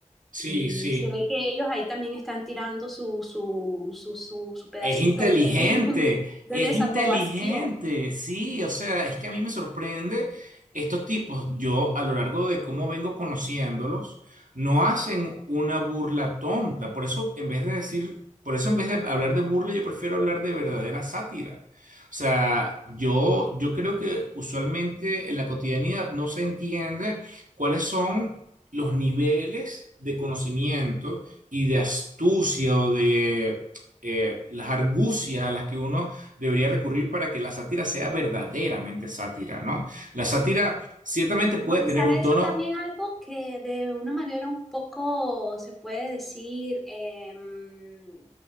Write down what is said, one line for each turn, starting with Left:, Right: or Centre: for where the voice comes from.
Right: Sí,
Centre: Y
Right: sí.
Centre: se ve que ellos ahí también están tirando su, su, su, su, su pedacito
Right: Es inteligente,
Centre: de, <laughs> de
Right: es
Centre: desaprobación.
Right: inteligente, sí, o sea, es que a mí me sorprende estos tipos, yo a lo largo de cómo vengo conociéndolos, no hacen una burla tonta, por eso en vez de decir, por eso en vez de hablar de burla, yo prefiero hablar de verdadera sátira. O sea, yo, yo creo que usualmente en la cotidianidad no se entiende cuáles son los niveles de conocimiento y de astucia o de eh, las argucias a las que uno debería recurrir para que la sátira sea verdaderamente sátira, ¿no? La sátira ciertamente puede
Centre: No, y
Right: tener
Centre: sabes,
Right: un tono
Centre: eso también algo que de una manera un poco se puede decir em,